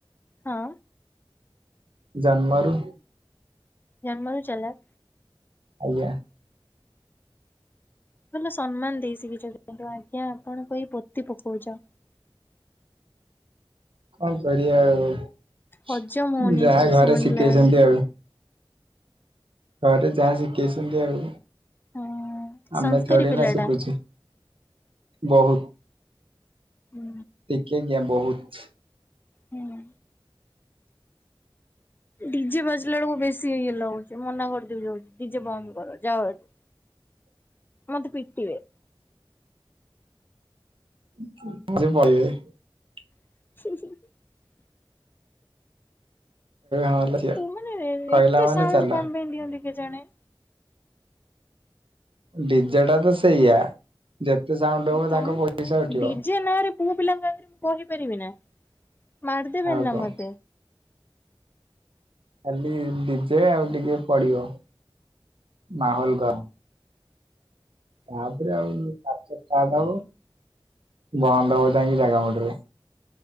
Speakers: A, on the left (about 20°); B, on the right (about 70°).
A: ହଁ।
B: ଜନ୍ମ ରୁ
A: ଜନ୍ମ ରୁ ଚାଲାକ୍।
B: ଆଜ୍ଞା।
A: ଭଲ ସମ୍ମାନ ଦେଇ ଶିଖିଛନ୍ତି କିନ୍ତୁ। ଆଜ୍ଞା ଆପଣ କହି ପୋତି ପକଉଛ।
B: <inaudible> କଣ କରିବା ଆଉ
A: ହଜମ ହଉନି
B: ଯାହା
A: ଏସବୁ
B: ଘରେ
A: ଶୁଣିଲା
B: ଶିଖେଇଛନ୍ତି
A: ବେଳକୁ
B: ଆଉ। ଘରେ ଯାହା ଶିଖେଇଛନ୍ତି ଆଉ।
A: ହଁ
B: ଆମେ
A: ସଂସ୍କାରୀ
B: ଥୋଡ଼ି
A: ପିଲାଟା
B: ନା ଶିଖୁଛେ, ବହୁତ।
A: ହୁଁ
B: ଟିକେ କିଆଁ ବହୁତ। <inaudible>
A: ହୁଁ। ଡିଜେ ବାଜିଲା ବେଳକୁ ବେଶୀ ଇଏ ଲାଗୁଛି। ମନା କରିଦେବି ଯାଉଚି ଡିଜେ ବନ୍ଦ କର ଯାଅ ଏଠୁ।
B: <inaudible>
A: ମତେ ପିଟିିବେ।
B: <unintelligible>
A: <inaudible>
B: ହଁ ଝିଅ
A: ପୁଅ ମାନେ
B: କହିଲା
A: ଏତେ
B: ମାନେ
A: ସାଉଣ୍ଡ
B: ଚାଲ
A: କଣ ପାଇଁ ଦିଅନ୍ତି କେଜାଣି?
B: ଡିଜେ ଟା ତ ସେଇଆ। ଯେତେ ସାଉଣ୍ଡ ହବ
A: ତମ
B: ତାଙ୍କ ପଇସା ଉଠିବ
A: ଡିଜେ ନାଁରେ ପୁଅ ପିଲାଙ୍କ ଆଗରେ ମୁଁ କହିପାରିବି ନା। ମାରିଦେବେନି
B: ଆଉ
A: ନା
B: କଣ
A: ମତେ।
B: ଖାଲି ଡିଜେ ଆଉ ଟିକେ ପଡିବ ମାହୋଲ ଗରମ୍। ତାପରେ ଆଉ ନାଚ ଷ୍ଟାର୍ଟ ହବ। ବନ୍ଦ ହବ ଯାଇକି ଜାଗା ମୁଣ୍ଡରେ।